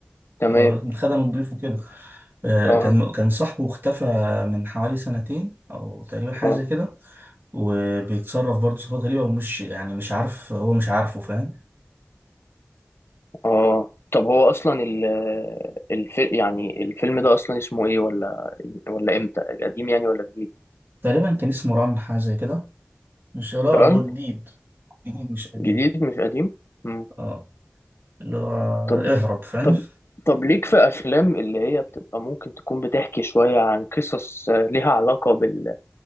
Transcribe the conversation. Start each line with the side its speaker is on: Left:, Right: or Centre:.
Left: تمام
Right: آه، خدم الضيف وكده آه،
Left: اه
Right: كان كان صاحبه اختفى من حوالي سنتين او تقريبا حاجه
Left: اه
Right: زي كده وبيتصرف برضه صفات غريبه ومش يعني مش عارف هو مش عارفه فاهم
Left: اه طب هو اصلا ال الف... يعني الفيلم ده اصلا اسمه ايه ولا ولا امتى قديم يعني ولا جديد
Right: تقريبا كان اسمه ران حاجه زي كده مش لا هو
Left: ران
Right: جديد جديد مش قديم
Left: جديد مش قديم مم.
Right: اه اللي هو
Left: طب
Right: اهرب فاهم
Left: طب طب ليك في افلام اللي هي بتبقى ممكن تكون بتحكي شوية عن قصص آه، ليها علاقة بال